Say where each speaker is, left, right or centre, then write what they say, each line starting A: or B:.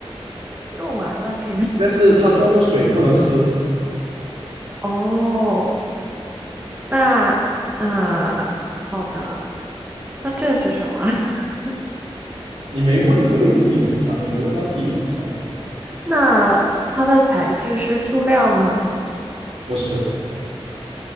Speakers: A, on the right; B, on the right.
A: 用完了可以用。<laughs>
B: 但是它装的水不能喝，
A: 哦，那那好的，那这是什么？<laughs>
B: 你没问对点上，你没问到点上，
A: 那它的材质是塑料吗？
B: 不是，